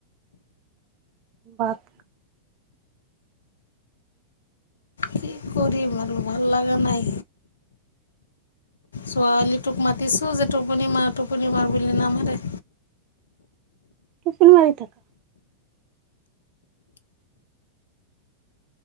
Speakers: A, on the right (about 40°); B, on the left (about 70°).
A: বাত।
B: কি কৰিম আৰু ভাল লাগা নাই। ছোৱালীটোক মাতিছো যে টোপনি মাৰ টোপনি মাৰ বুলি নামাৰে।
A: টোপনি মাৰি থাকা।